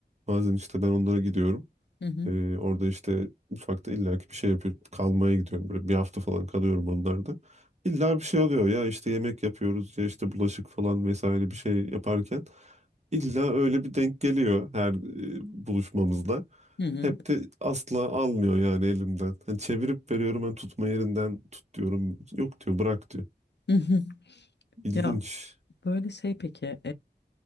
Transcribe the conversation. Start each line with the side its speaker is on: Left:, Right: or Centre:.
Right: Bazen işte ben onlara gidiyorum.
Left: Hı hı.
Right: Ee, orada işte mutfakta illaki bir şey yapıyor. Kalmaya gidiyorum böyle bir hafta falan kalıyorum onlarda. İlla bir şey oluyor ya işte yemek yapıyoruz ya işte bulaşık falan vesaire bir şey yaparken. İlla öyle bir denk geliyor her e, buluşmamızda.
Left: Hı hı.
Right: Hep de asla almıyor yani elimden. Hani çevirip veriyorum ben tutma yerinden tut diyorum. Yok diyor bırak diyor.
Left: Hı hı. <laughs>
Right: İlginç.
Left: Ya böyle şey peki